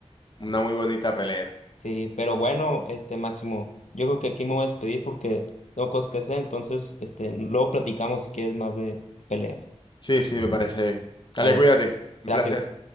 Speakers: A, on the left; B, on the left.
A: Una muy bonita pelea.
B: Sí, pero bueno, este Máximo, yo creo que aquí me voy a despedir porque tengo cosas que hacer, entonces este luego platicamos si quieres más de peleas.
A: Sí, sí, me parece bien. Dale,
B: Sale,
A: cuídate. Un
B: gracias.
A: placer.